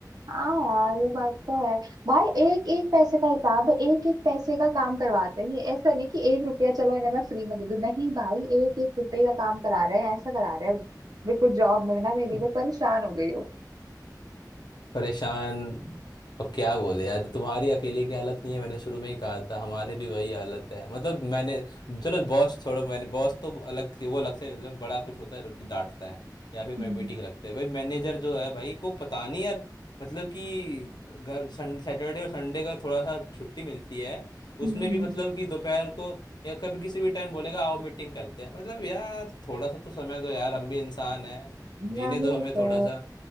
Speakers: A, on the right; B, on the left.
A: हाँ यार ये बात तो है भाई एक एक पैसे का हिसाब है एक एक पैसे का काम करवाते हैं ये ऐसा नहीं कि एक रुपया चलो इन्हें मैं फ्री में दे दूं नहीं भाई एक एक रुपये का काम करा रहे हैं ऐसा करा रहे हैं बिल्कुल जॉब में ना मेरी
B: <laughs>
A: मैं परेशान हो गई हूँ
B: परेशान अब क्या बोले यार तो तुम्हारी अकेले की हालत नहीं है मैंने शुरू में ही कहा था हमारे भी वही हालत है मतलब मैंने चलो बॉस छोड़ो मैंने बॉस तो अलग से- वो अलग से मतलब बड़ा कुछ होता है तो डांटता है या फिर मैं
A: हम्म
B: मीटिंग रखते हैं भाई मैनेजर जो है भाई को पता नहीं यार मतलब कि घर संडे सैटरडे और संडे का थोड़ा सा छुट्टी मिलती है उसमें
A: हम्म हम्म,
B: भी
A: हम्म,
B: मतलब कि दोपहर को या कभी किसी भी टाइम बोलेगा आओ मीटिंग करते हैं मतलब यार थोड़ा सा तो समय दो यार हम भी इंसान हैं जीने
A: वही
B: दो हमें
A: तो
B: थोड़ा सा